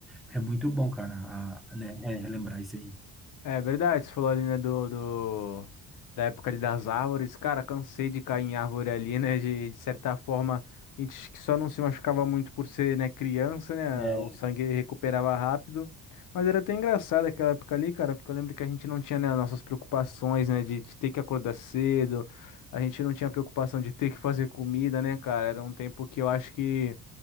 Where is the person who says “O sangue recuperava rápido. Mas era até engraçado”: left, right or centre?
Left